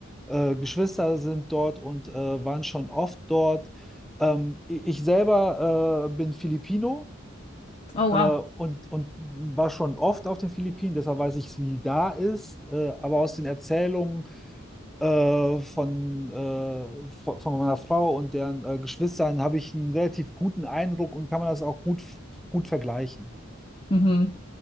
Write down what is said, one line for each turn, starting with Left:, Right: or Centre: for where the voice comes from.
Centre: äh, Geschwister sind dort und äh, waren schon oft dort. Ähm, i- ich selber äh, bin Filipino
Left: Oh, wow.
Centre: äh, und, und war schon oft auf den Philippinen, deshalb weiß ich, wie da ist. Äh, aber aus den Erzählungen äh, von, äh, von von meiner Frau und deren äh, Geschwistern habe ich einen relativ guten Eindruck und kann man das auch gut, gut vergleichen.
Left: Mhm.